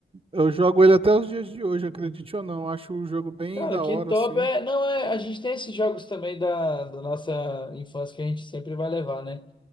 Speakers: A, on the right (about 30°); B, on the left (about 25°).
A: eu jogo ele até os dias de hoje, acredite ou não. Acho o jogo bem
B: Cara,
A: da
B: que
A: hora,
B: top.
A: assim.
B: É, não, é, a gente tem esses jogos também da, da nossa infância que a gente sempre vai levar, né?